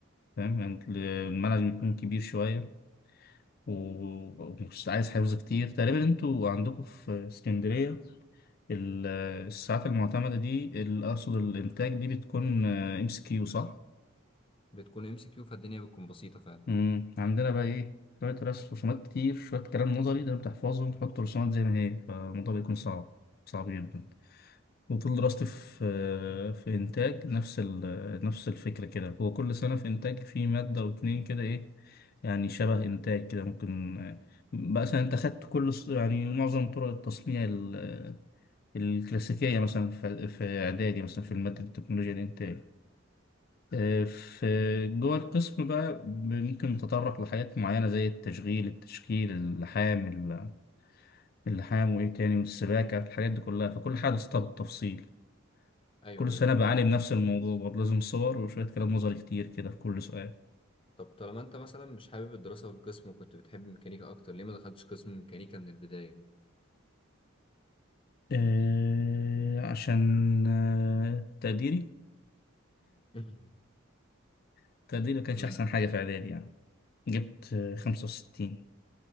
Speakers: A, on the left (about 50°); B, on the left (about 25°).
A: فاهم يعني المنهج بيكون كبير شوية و- ومش عايز حفظ كتير تقريبا انتوا عندكم في اسكندرية ال- الساعات المعتمدة دي ال- أقصد الإنتاج دي بتكون آه، ام اس كيو صح؟
B: بتكون ام سي كيو فالدنيا بتكون بسيطة فعلا
A: مم. عندنا بقى إيه شوية رسم رسومات كتير شوية كلام نظري ده بتحفظه وتحط رسومات زي ما هي فالموضوع بيكون صعب صعب جدا وطول دراستي في في إنتاج نفس ال... نفس الفكرة كده هو كل سنة في إنتاج في مادة واتنين كده إيه يعني شبه إنتاج كده ممكن بقى مثلا أنت خدت كل ص- يعني معظم طرق التصنيع ال... الكلاسيكية مثلا في... في إعدادي مثلا في المادة التكنولوجيا الإنتاج آه، في جوه القسم بقى ممكن نتطرق لحاجات معينة زي التشغيل التشكيل اللحام ال- اللحام وإيه تاني والسباكة الحاجات دي كلها فكل حاجة درستها بالتفصيل
B: ايوه
A: كل
B: ايوه
A: سنة
B: فاهم
A: بعاني بنفس الموضوع برضه لازم صور وشوية كلام نظري كتير كده في كل سؤال
B: طب طالما انت مثلا مش حابب الدراسة والقسم وكنت بتحب الميكانيكا اكتر ليه ما دخلتش قسم ميكانيكا من البداية
A: آه عشان آه تقديري
B: <laughs>
A: <laughs> تقديري ما كانش
B: امم
A: أحسن حاجة في إعدادي يعني جبت آه خمسة وستين